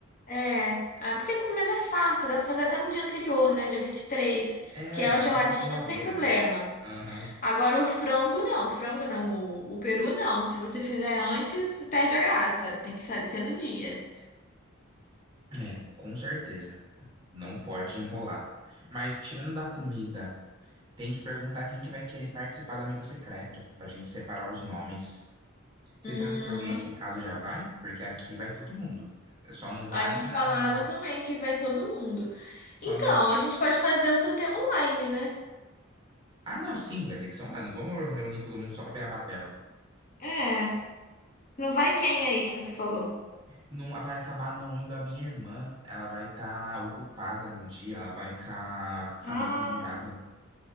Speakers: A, on the left; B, on the right.
A: É, ah, porque a sobremesa é fácil, dá pra fazer até no dia anterior, né? Dia 23,
B: É,
A: Porque ela
B: vou
A: é geladinha
B: deixar na geladeira.
A: não tem problema.
B: Aham.
A: Agora o frango não, o frango não, o, o peru não. Se você fizer antes, perde a graça. Tem que sa- ser no dia.
B: É, com certeza. Não pode enrolar. Mas tirando da comida, tem que perguntar quem que vai querer participar do amigo secreto, pra gente separar os nomes. Você
A: Hum,
B: sabe se alguém aí de casa já vai? Porque aqui vai todo mundo. Só não vai
A: aqui falaram
B: a...
A: também que vai todo mundo.
B: Só
A: Então,
B: não...
A: a gente pode fazer o sorteio online, né?
B: Ah, não, sim, vai ter que ser online. Não vamos reunir todo mundo só pra pegar papel.
A: É, não vai quem aí que você falou?
B: Não vai acabar não indo a minha irmã. Ela vai estar ocupada no dia, ela vai com a família
A: Ah,
B: do namorado.